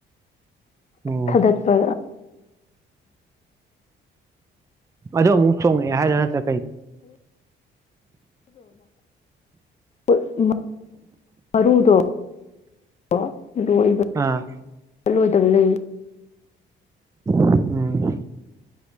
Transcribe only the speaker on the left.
ꯊꯗꯠ ꯄ
ꯣ ꯃꯔꯨꯗꯣ ꯍ ꯍ
ꯠꯂꯣꯏꯗꯕ ꯂꯩ